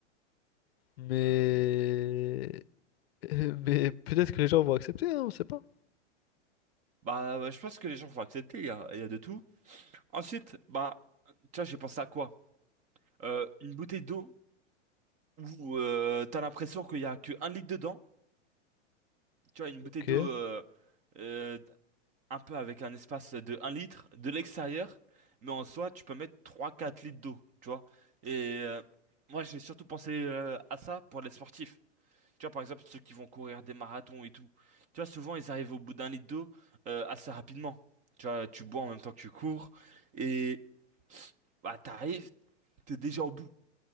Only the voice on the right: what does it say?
Euh,
bah, ouais, je pense que les gens vont accepter. Il y a, il y a de tout. Ensuite, bah, tu vois, j'ai pensé à quoi? Euh, une bouteille d'eau où euh, t'as l'impression qu'il y a que un litre dedans. tu vois, une
bouteille d'eau euh, euh, un peu avec un espace de un litre de l'extérieur, mais en soi, tu peux mettre trois quatre litres d'eau, tu vois. Et euh, moi, j'ai surtout pensé euh, à ça pour les sportifs. Tu vois, par exemple, ceux qui vont courir des marathons et tout. Tu vois, souvent, ils arrivent au bout d'un litre d'eau euh, assez rapidement. Tu vois, tu bois en même temps que tu cours, et bah, t'arrives, t'es déjà au bout.